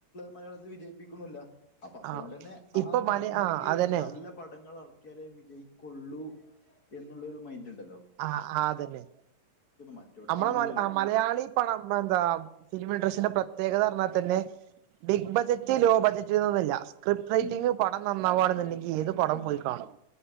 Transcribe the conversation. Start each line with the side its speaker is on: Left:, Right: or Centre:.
Left: മലയാളത്തില് വിജയിപ്പിക്ക്ണുല്ല അപ്പ അതോണ്ടന്നെ
Right: ആ ഇപ്പൊ
Left: ആ നടന്മാർക്ക്
Right: മല ആ അതന്നെ
Left: നല്ല പടങ്ങൾ എർക്കിയാലേ വിജയിക്കൊള്ളൂ എന്നുള്ളോരു മൈന്റ് ണ്ടല്ലോ
Right: ആ ആ അതന്നെ
Left: മറ്റോടത്ത്
Right: നമ്മളെ
Left: അങ്ങനെയല്ലല്ലോ
Right: മലയാള മലയാളി പണം എന്താ ഫിലിമ് <unintelligible> പ്രത്യേകത പറഞ്ഞാ തന്നെ ബിഗ് ബജറ്റ് ലോ ബജറ്റ് എന്നോന്നും ഇല്ല ക്രിപ്റൈറ്റിംഗ്
Left: ഉം
Right: പടം നന്നാവാണെന്നുണ്ടെങ്കി ഏത് പടം
Left: ആഹ്
Right: പോയി കാണും